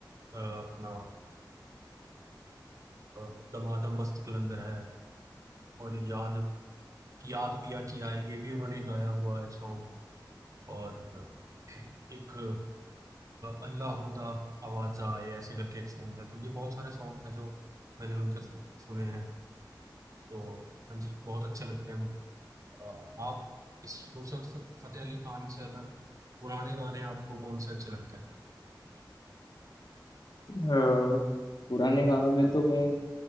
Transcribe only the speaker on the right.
अपना अ, दमादम मस्त कलंदर है और याद याद पिया की आए ये भी उन्होंने गाया हुआ है सॉन्ग और एक अल्लाहूदा आवाजा ये ऐसे करके एक सॉन्ग है तो ये बहुत सारे सॉन्ग हैं जो मैंने उनके सु- सुने हैं तो हाँ जी बहुत अच्छे लगते हैं मैं अ, आप इस नुसरत फ- फतेह अली खान से अलग पुराने गाने आपको कौन से अच्छे लगते हैं